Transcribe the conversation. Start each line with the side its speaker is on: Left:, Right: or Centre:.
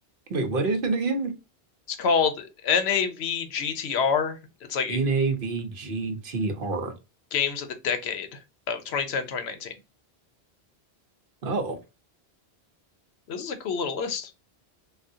Right: Wait, what is it again?
Left: It's called NAVGTR. It's like
Right: N-A-V-G-T-R.
Left: games of the decade of 2010 2019.
Right: Oh,
Left: This is a cool little list.